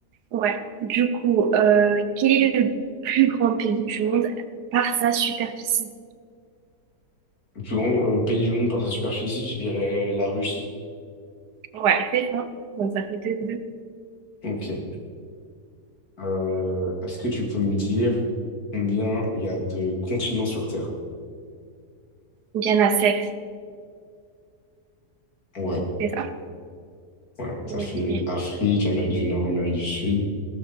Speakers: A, on the right; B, on the left.
A: ouais, du coup, euh, quel est le plus grand pays du monde par sa superficie?
B: Le plus grand euh, pays du monde par sa superficie, je dirais la Russie.
A: Ouais, c'est ça. Donc ça fait deux, deux.
B: Ok. Euh, est-ce que tu peux me dire combien il y a de continents sur Terre?
A: Donc il y en a sept,
B: Ouais,
A: c'est ça?
B: ouais.
A: Ok.
B: Ça fait Afrique, Amérique du Nord, Amérique du Sud,